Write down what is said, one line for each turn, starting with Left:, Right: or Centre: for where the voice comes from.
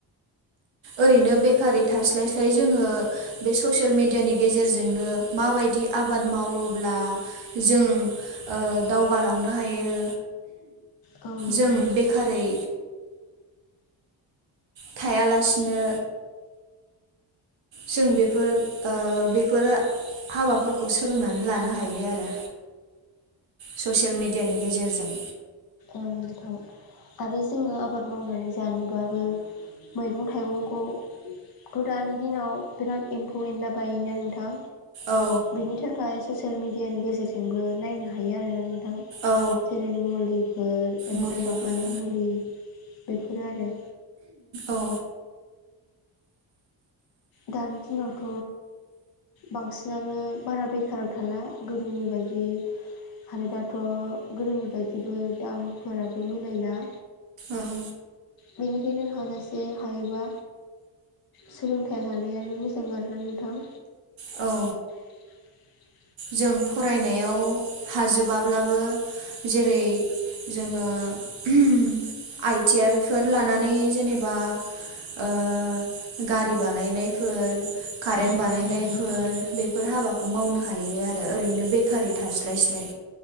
Right: ओरैनो बेकारि थास्लायस्लाय जोङो बे ससियेल मिडियानि गेजेरजोंनो माबायदि बिदि आबाद मावोब्ला जों ओ दावगालांनो हायो।
Left: औ नोंथां
Right: जों बेखारै थायालासिनो जों बेफोरो ओ बेफोरो हाबाफोरखौ सोलोंनानै लानो हायो आरो। ससियेल मेडियानि गेजेरजों
Left: ओं नोंथां आरो जोङो आबाद मावनानै जानोबाबो मैगं थाइगंखौ थ दानि दिनाव बिराद एम्फौ एनला बायोना नोंथां।
Right: औ
Left: बिनि थाखाय ससियेल मिडियानि गेजेरजोंबो नायनो हायो आरो
Right: औ
Left: जेरै मुलिफोर एम्फौ
Right: मुलिफोर
Left: बागानाय मुलि बेफोरो आरो
Right: औ
Left: दानि दिनावथ बांसिनानो बारा बेखाराव थाला गोदोनि बायदि। आरो दाथ गोदोनि बायदिबो दामफोराबो मिलायला।
Right: ओं
Left: बेनिखायनो हाजासे हायोबा सोलों थायलानायानो मोजां आरोना नोंथां।
Right: औ
Left: <inaudible>
Right: जों फरायनायाव हाजोबाब्लाबो जेरै जोङो ओम आइटि आइफोर लानानै जेनेबा ओ गारि बानायनायफोर कारेन
Left: औ
Right: बानाय
Left: नोंथां
Right: फोर बेफोर हाबाखौ मावनो हायो आरो ओरैनो बेकारि थास्लायस्लाय।